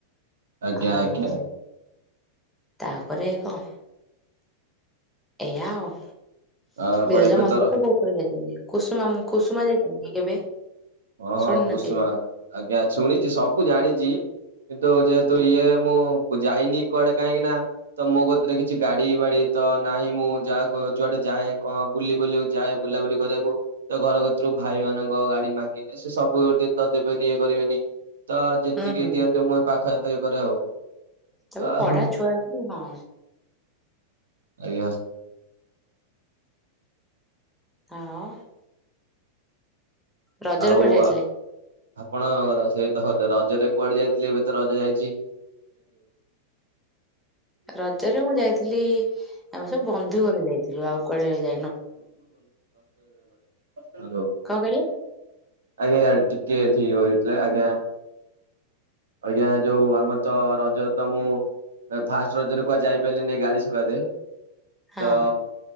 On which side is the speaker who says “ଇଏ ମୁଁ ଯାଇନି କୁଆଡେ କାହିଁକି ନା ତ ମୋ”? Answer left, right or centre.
Right